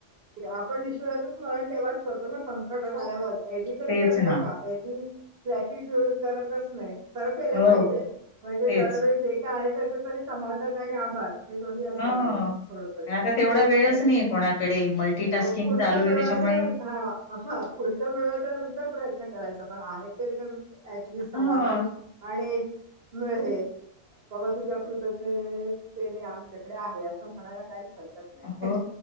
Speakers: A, on the right; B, on the left.
A: आपण ईश्वराचं स्मरण तेव्हाच करतो ना संकट झाल्यावर ऐरवी कधी
B: तेच
A: कर
B: ना.
A: का बी ग्रॅटिट्यूड करतच नाही. खरं केला
B: हो,
A: पाहिजे म्हणजे
B: तेच.
A: दरवेळीस जे काय आहे त्याच तरी समाधान आणि आभार हे दोन्ही असायला
B: हां.
A: हवं थोडक
B: पण आता तेवढा वेळच
A: आणि
B: नाहीये कोणाकडे. मल्टीटास्किंग
A: पुढचं
B: चालू आहे
A: मिळवायचं
B: त्याच्यामुळे
A: हा पुढचं मिळच्या नंतर प्रयत्न करा तसं पण आहे तर ऍटलिस्ट समाधान
B: हां.
A: आणि मोह बाबा तुझ्या कृतज्ञ कृपेने आमच्याकडे आहे असं म्हणायला काहीच हरकत नाही.
B: हो